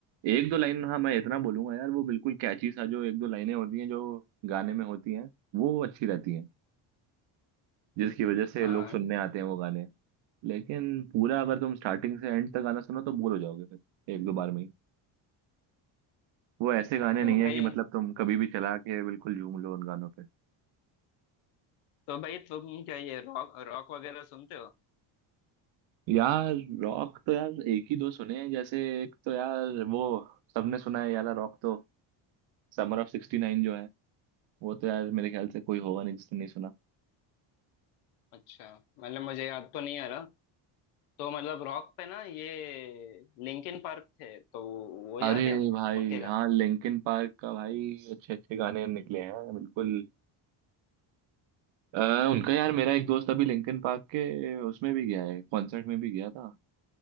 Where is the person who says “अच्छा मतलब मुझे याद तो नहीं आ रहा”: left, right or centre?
Left